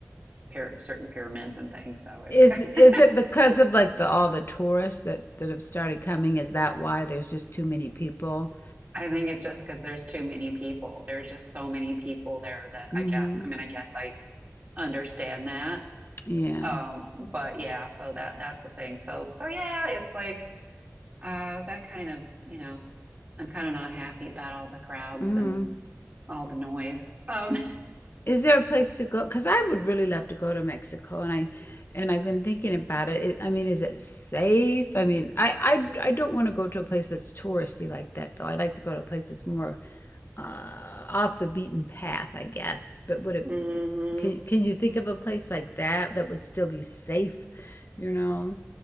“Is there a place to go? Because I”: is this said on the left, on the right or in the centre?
Left